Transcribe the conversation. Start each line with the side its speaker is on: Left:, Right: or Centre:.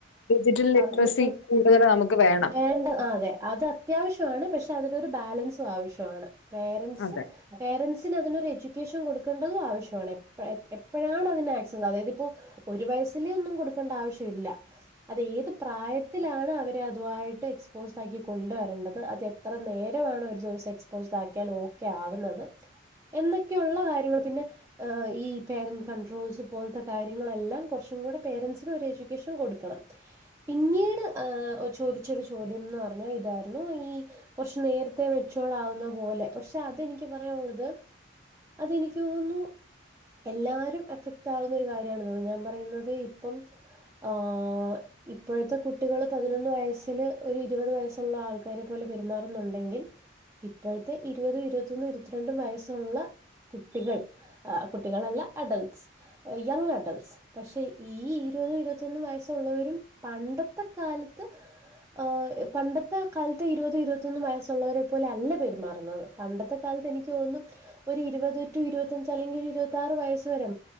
Left: ഡിജിറ്റൽ
Right: പറഞ്ഞിട്ട
Left: ലിറ്ററസി കൂടുതൽ നമുക്ക് വേണം
Right: വേണ്ട അ അതെ അത് അത്യാവശ്യമാണ് പക്ഷെ അതിനൊരു ബാലൻസും ആവശ്യമാണ് പേരൻറ്സ്
Left: അതെ
Right: പേരൻറ്സ് അതിനൊരു എഡ്യൂക്കേഷൻ കൊടുക്കേണ്ടതും ആവശ്യമാണ് എപ്പോഴാണ് അതിന ആക്സിമ അതായത് ഇപ്പോ ഒരു വയസ് ഒന്നും കൊടുക്കേണ്ട ആവശ്യമില്ല അത് ഏത് പ്രായത്തിലാണ് അവരെ അതുായിട്ട് എക്സ്പോസ്ഡ് ആക്കി കൊണ്ടുവരേണ്ടത് അത് എത്ര നേരമാണ് ഒരു ദിവസം എക്സ്പോസ്ഡ് ആക്കിയാൽ ഓക്കെ ആവുന്നത് എന്നൊക്കെയുള്ള കാര്യങ്ങൾ പിന്നെ ഈ പേരന്റ് കൺട്രോൾസ് പോലത്തെ കാര്യങ്ങളെല്ലാം കുറച്ച് കൂടേ പേരൻസിന് ഒരു എജ്യൂക്കേഷൻ കൊടുക്കണം പിന്നീട് ചോദിച്ച ഒരു ചോദ്യംന്ന് പറഞ്ഞാൽ ഇതായിരുന്നു ഈ കുറച്ച് നേരത്തെ മെച്ചോർഡ് ആവുന്ന പോലെ പക്ഷെ അതെനിക്ക് പറയാനുള്ളത് അതെനിക്ക് തോന്നുന്നു എല്ലാരും എഫക്ട് ആവുന്ന ഒരു കാര്യണ് ഞാൻ പറയുന്നത് ഇപ്പം ആ ഇപ്പോഴത്തെ കുട്ടികള് പതിനൊന്ന് വയസ്സില് ഒരു ഇരുപത് വയസ്സുള്ള ആൾക്കാരെ പോലെ പെരുമാറുന്നുണ്ടെങ്കിൽ ഇപ്പോഴത്തെ ഇരുപത ഇരുപത്തൊന്നും ഇരുപത്തിരണ്ടും വയസ്സുള്ള കുട്ടികൾ കുട്ടികളല്ല അഡൾട്ടസ് യങ് അഡൾസ് പക്ഷെ ഈ ഇരുപതോ ഇരുപത്തൊന്ന് വയസ്സുള്ളവരും പണ്ടത്തെ കാലത്ത് ഹ പണ്ടത്തെ കാലത്ത് ഇരുപതോ ഇരുപത്തൊന്ന വയസ്സുള്ളവരെ പോലെ അല്ല പെരുമാറുന്നത് പണ്ടത്തെ കാലത്ത് എനിക്ക് തോന്നും ഒരു ഇരുപത് ടു ഇരുപത്തഞ്ച് അല്ലെങ്കിൽ ഒരു ഇരുപത്തി ആറ് വയസ് വരെ